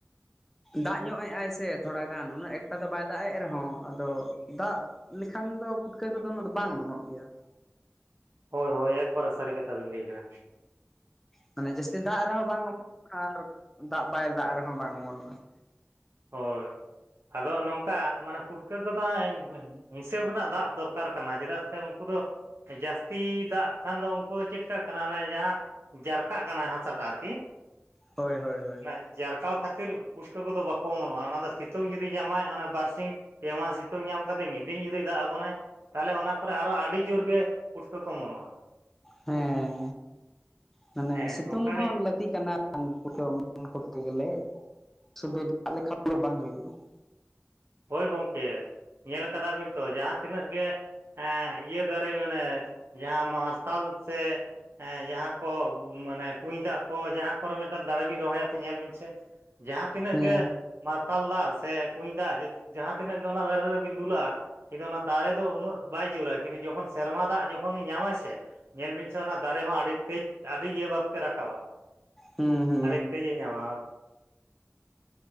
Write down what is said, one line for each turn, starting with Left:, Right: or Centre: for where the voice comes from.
Centre: ᱫᱟᱜ ᱧᱚᱜ ᱮᱜᱼᱟᱭ ᱥᱮ ᱛᱷᱚᱲᱟ ᱜᱟᱱ ᱩᱱᱟᱹᱜ ᱮᱠᱴᱟ ᱫᱚ ᱵᱟᱭ ᱫᱟᱜ ᱮᱫ ᱨᱮᱦᱚᱸ ᱟᱫᱚ ᱫᱟᱜ ᱞᱮᱠᱷᱟᱱ ᱫᱚ ᱯᱩᱴᱠᱟᱹ ᱠᱚᱫᱚ ᱩᱱᱟᱹᱜ ᱫᱚ ᱵᱟᱝ ᱚᱢᱚᱱᱚᱜ ᱜᱮᱭᱟ ᱾
Right: ᱦᱳᱭ ᱦᱳᱭ ᱮᱠᱵᱟᱨᱮ ᱥᱟᱹᱨᱤ ᱠᱟᱛᱷᱟ ᱵᱤᱱ ᱞᱟᱹᱭ ᱟᱠᱟᱫᱟ ᱾
Centre: ᱢᱟᱱᱮ ᱡᱟᱹᱥᱛᱤ ᱫᱟᱜ ᱨᱮᱦᱚᱸ ᱵᱟᱝ ᱚ <unintelligible> ᱟᱨ ᱫᱟᱜ ᱵᱟᱭ ᱫᱟᱜ ᱨᱮᱦᱚᱸ ᱵᱟᱝ ᱚᱢᱚᱱᱚᱜᱼᱟ ᱾
Right: ᱦᱳᱭ ᱟᱫᱚ ᱱᱚᱝᱠᱟ ᱢᱟᱱᱮ ᱯᱩᱴᱠᱟᱹ ᱠᱚᱫᱚ ᱦᱚᱸᱜᱼᱚᱸᱭ <unintelligible> ᱦᱤᱥᱟᱹᱵ ᱨᱮᱱᱟᱜ ᱫᱟᱜ ᱫᱚᱨᱠᱟᱨ ᱠᱟᱱᱟ ᱪᱮᱫᱟᱜ ᱥᱮ ᱩᱝᱠᱩ ᱫᱚ ᱡᱟᱹᱥᱛᱤ ᱫᱟᱜ ᱠᱷᱟᱱ ᱫᱚ ᱩᱸᱠᱩ ᱫᱚ ᱪᱮᱫ ᱠᱟᱫ ᱠᱟᱱᱟ ᱚᱱᱮ ᱡᱟᱦᱟᱸ ᱡᱟᱨᱠᱟᱜ ᱠᱟᱱᱟᱭ ᱦᱟᱥᱟᱴᱟᱜ ᱟᱨᱠᱤ
Centre: ᱦᱳᱭ ᱦᱳᱭ ᱦᱳᱭ᱾
Right: ᱚᱱᱟ ᱡᱟᱨᱠᱟᱣ ᱠᱷᱟᱹᱛᱤᱨ ᱯᱩᱥᱠᱟᱹ ᱠᱚᱫᱚ ᱵᱟᱠᱚ ᱚᱢᱚᱱᱚᱜᱼᱟ ᱚᱱᱟ ᱫᱚ ᱥᱤᱛᱩᱝ ᱡᱩᱫᱤ ᱧᱟᱢᱼᱟᱭ ᱚᱱᱮ ᱵᱟᱨ ᱥᱤᱧ ᱯᱮ ᱢᱟᱦᱟ ᱥᱤᱛᱩᱝ ᱧᱟᱢ ᱠᱟᱛᱮ ᱢᱤᱫ ᱫᱤᱱ ᱡᱩᱫᱤ ᱫᱟᱜ ᱟᱵᱚᱱᱟᱭ ᱛᱟᱦᱮᱞᱮ ᱚᱱᱟ ᱠᱚᱨᱮ ᱟᱨᱚ ᱟᱹᱰᱤ ᱡᱩᱨ ᱜᱮ ᱯᱩᱴᱠᱟᱹ ᱠᱚ ᱚᱢᱚᱱᱚᱜᱼᱟ ᱾
Centre: ᱦᱮᱸ ᱢᱟᱱᱮ
Right: ᱦᱮᱸ
Centre: ᱥᱤᱛᱩᱝ
Right: ᱚᱱᱠᱟᱜᱮ
Centre: ᱦᱚᱸ ᱞᱟᱹᱠ- ᱛᱤ ᱠᱟᱱᱟ ᱩᱝᱠᱩ ᱫᱚ ᱚᱢᱚᱱ ᱠᱚᱨᱛᱮ ᱜᱮᱞᱮ, ᱥᱩᱫᱩ ᱫᱟᱜ ᱞᱮᱠᱷᱟᱱ ᱫᱚ ᱵᱟᱝ ᱦᱳᱭᱳᱜᱼᱟ ᱾
Right: ᱦᱳᱭ ᱜᱚᱝᱠᱮ ᱧᱮᱞ ᱟᱠᱟᱫᱟ ᱵᱤᱱ ᱛᱚ ᱡᱟᱦᱟᱸ ᱛᱤᱱᱟᱹᱜ ᱜᱮ ᱦᱮᱸ ᱤᱭᱟᱹ ᱫᱟᱨᱮ ᱢᱟᱱᱮ ᱡᱟᱦᱟᱸ ᱢᱟᱨᱥᱟᱞ ᱥᱮ ᱦᱮᱸ ᱡᱟᱦᱟᱸ ᱠᱚ ᱵᱩ ᱢᱟᱱᱮ ᱠᱩᱧ ᱫᱟᱜ ᱠᱚ ᱡᱟᱦᱟᱸ ᱠᱚᱨᱮ ᱢᱤᱫ ᱫᱟᱹᱢ ᱫᱟᱨᱮ ᱵᱤᱱ ᱨᱚᱦᱚᱭᱟ ᱥᱮ ᱧᱮᱞ ᱵᱤᱱ ᱥᱮ ᱡᱟᱦᱟᱸ ᱛᱤᱱᱟᱹᱜ
Centre: ᱦᱮᱸ
Right: ᱜᱮ ᱢᱟᱨᱥᱟᱞ ᱫᱟᱜ ᱥᱮ ᱠᱩᱧ ᱫᱟᱜ ᱡᱩᱫᱤ ᱡᱟᱦᱟᱸ ᱛᱤᱱᱟᱹᱜ ᱜᱮ ᱚᱱᱟ ᱫᱟᱨᱮ ᱨᱮᱵᱤᱱ ᱫᱩᱞᱟᱜᱼᱟ ᱠᱤᱱᱛᱩ ᱚᱱᱟ ᱫᱟᱨᱮ ᱫᱚ ᱩᱱᱟᱹᱜ ᱵᱟᱭ ᱡᱩᱨᱼᱟ ᱠᱤᱱᱛᱩ ᱡᱚᱠᱷᱚᱱ ᱥᱮᱨᱢᱟ ᱫᱟᱜ ᱡᱚᱠᱷᱚᱱ ᱧᱟᱢᱼᱟᱭ ᱥᱮ ᱥᱮ ᱧᱮᱞ ᱵᱤᱱ ᱥᱮ ᱚᱱᱟ ᱫᱟᱨᱮ ᱦᱚᱸ ᱟᱹᱰᱤ ᱛᱮᱡ ᱟᱹᱰᱤ ᱤᱭᱟᱹ ᱵᱷᱟᱵᱽ ᱛᱮ ᱨᱟᱠᱟᱵᱼᱟ ᱾
Centre: ᱦᱩᱸ ᱦᱩᱸ ᱾
Right: ᱟᱹᱰᱤ ᱛᱮᱡᱽᱼᱮ ᱧᱟᱢᱟ ᱟᱱᱟ ᱫᱚ,